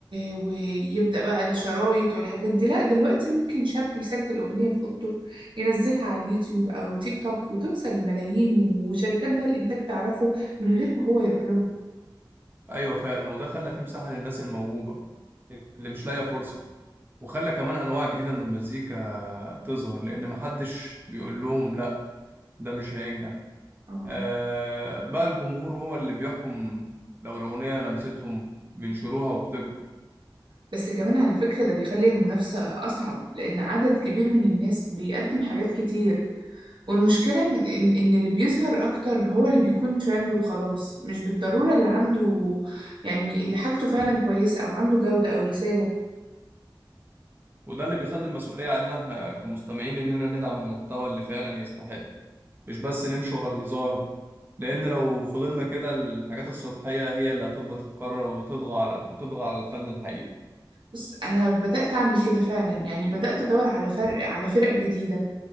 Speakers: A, on the right (about 70°); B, on the right (about 25°).
A: ويبدأ بقى الشرايط والحاجات دي لا دلوقتي ممكن شاب يسجل أغنية في أوضته ينزلها على اليوتيوب أو تيك توك وتوصل لملايين وشركات بقى الإنتاج تعرفه من غير ما هو يروح لهم
B: ايوه فعلا وده خلى فيه مساحة للناس الموهوبة اللي مش لاقية فرصة وخلى كمان انواع جديدة من المزيكا تظهر لان محدش بيقول لهم لا ده مش هينجح
A: آه.
B: آه بقى الجمهور هو اللي بيحكم لو الأغنية لمستهم بينشروها وبتكبر
A: بس كمان على فكرة ده بيخلي المنافسة أصعب لأن عدد كبير من الناس بيقدم حاجات كتير والمشكلة إن إن اللي بيظهر أكتر هو اللي بيكون ترند وخلاص مش بالضرورة اللي عنده يعني اللي حاجته فعلا كويسة أو عنده جودة أو رسالة
B: وده اللي بيخلي المسؤولية علينا احنا كمستمعين إننا ندعم المحتوى اللي فعلا يستحق مش بس نمشي ورا اللي ظاهر لأن لو فضلنا كده الحاجات السطحية هي اللي هتفضل تتكرر وتطغى على وتطغى على الفن الحقيقي
A: بص أنا بدأت أعمل كده فعلا يعني بدأت أدور على فرق على فرق جديدة